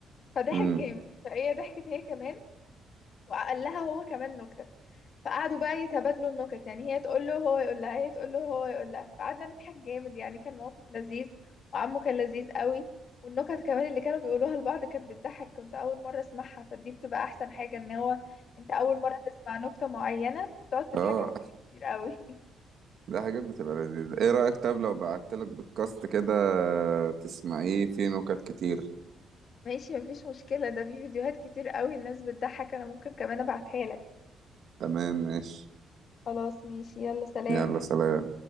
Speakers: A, on the left; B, on the right.
A: فضحك
B: امم
A: جامد فهي ضحكت هي كمان وقال لها هو كمان نكته فقعدوا بقى يتبادلوا النكت يعني هي تقول له هو يقول لها هي تقول له هو يقول لها فقعدنا نضحك جامد يعني كان موقف لذيذ وعمه كان لذيذ قوي والنكت كمان اللي كانوا بيقولوها لبعض كانت بتضحك كنت اول مره اسمعها فدي بتبقى احسن حاجه ان هو انت اول مره تسمع نكته معينه فبتقعد تضحك
B: اه
A: عليها كتير قوي <laughs>
B: ده حاجات بتبقى لذيذة ايه رأيك طب لو بعتلك بودكاست كده تسمعيه فيه نكت كتير
A: ماشي مفيش مشكله ده في فيديوهات كتير قوي الناس بتضحك انا ممكن كمان ابعتها لك
B: تمام ماشي
A: خلاص ماشي يلا سلام
B: يلا سلام